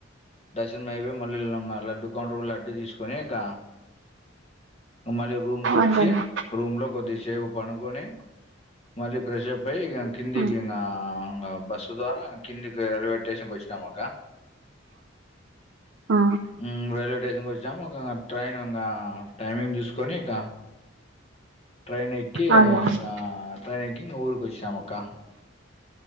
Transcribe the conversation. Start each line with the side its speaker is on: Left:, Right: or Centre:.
Left: దర్శనం అయిపోయి మళ్లీ వెళ్లినం లడ్డు కౌంటర్కి పోయి లడ్డు తీసుకొని అక్క మళ్ళీ రూమ్ కి
Right: అవునులేండి
Left: వచ్చి రూమ్ లో కొద్దిసేపు పండుకొని మళ్ళీ ప్రెషర్ అప్ ఇగ కిందికి
Right: ఉమ్
Left: ఇంగ బస్ ద్వారా కిందికి రైల్వే స్టేషన్కి వచ్చానామక్క
Right: ఆ
Left: ఉమ్ రైల్వే స్టేషన్కి వచ్చాము ఒక ట్రైన్ ఇంకా టైమింగ్ చుసుకొని ఇక ట్రైన్ ఎక్కి
Right: అవునులేండి
Left: ఇంగ ట్రెన్ ఎక్కి ఇంగ ఊరుకి వచ్చినము అక్క